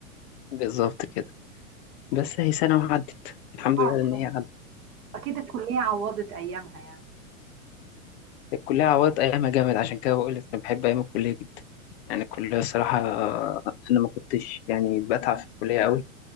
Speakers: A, on the left; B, on the right.
A: بالظبط كده بس هي سنة وعدت الحمد
B: اه
A: لله
B: الحمد.
A: إن هي عدت
B: اكيد الكلية عوضت ايامها يعني
A: الكلية عوضت أيامها جامد عشان كده بقول لك أنا بحب أيام الكلية جدا يعني الكلية الصراحة آه، أنا ما كنتش يعني بتعب في الكلية أوي